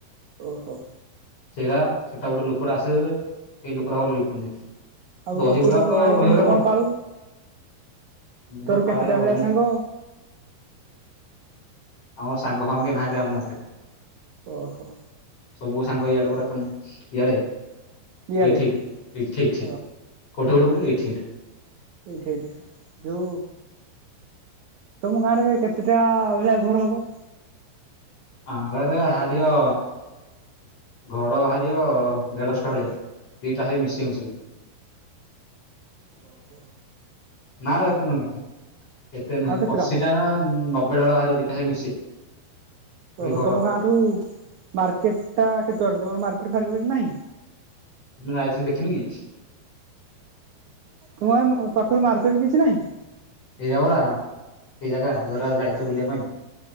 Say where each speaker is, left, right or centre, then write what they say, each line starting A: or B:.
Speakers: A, on the right (about 75°); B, on the left (about 35°).
A: ଓହୋ।
B: ସେଇଟା ସେଇଟା ଗୋଟେ ଲୋକଟା ଆସେରେ ସେଇ ଲୋକଟା ଭଲ ବିକନ୍ତି।
A: ଆଉ
B: ଦହିବରା
A: ତୁ ତମ
B: ତ
A: ଗାଁରେ
B: ଦହିବରା
A: କେମିତି କଣ ପାଳୁ?
B: ମୁଁ ତ
A: ତୋର
B: ପାଳେ
A: କେତେଟା
B: ଆଉ
A: ଭଳିଆ ସାଙ୍ଗ।
B: ଆମର ସାଙ୍ଗ ଫାଙ୍ଗ କେହି ନାହାନ୍ତି ଆମ ଗାଁରେ।
A: ଓହୋ।
B: ସବୁ ସାଙ୍ଗ ଇଆଡେ ପୁର କ ଇଆଡେ
A: ଇଆଡେ
B: ଏଇଠ ଏଇଠି।
A: ଓ
B: ଗୋଟ ଗଟ ଗଲେ ଏଠ ଏଠେ।
A: ଦେଖ ଦେଖ ଯଉ ତମ ଗାଁରେ କେତେଟା ଭଳିଆ ଘର ହବ?
B: ଆ ଘରେ ହାରିଅ ଘର ବାହାରିବ ଦେଢଶଟା ଭଳିଆ ଦିଟା ହେ ମିସିଙ୍ଗ ସେ
A: ଓହୋ।
B: ନା ଏତେ ନୁହେଁ ଏତେ ନୁହେଁ
A: ଆଉ କେତେଟା
B: ଅଶିଟା ନା ନବେଟା ବାହାରାରେ ଦିଇଟା ଖାଇ ମିଶେଇକି। ଖାଲି
A: ଓହୋ
B: ଘର
A: ତମ ଗାଁଠୁ ମାର୍କେଟଟା କେତେ ବାଟ ତମର ମାର୍କେଟ ଫାର୍କେଟ ନାହିଁ?
B: ସେ ଦିନ ଆସିଥିଲୁ ଦେଖିନୁ କି?
A: ତୁମ ପାଖରୁ ମାର୍କେଟରେ କିଛି ନାହିଁ?
B: ଏରିଆ ଭଲା ସେଇ ଜାଗା ଯର ଯାଇଥିଲେ ବୁଲିବା ପାଇଁ।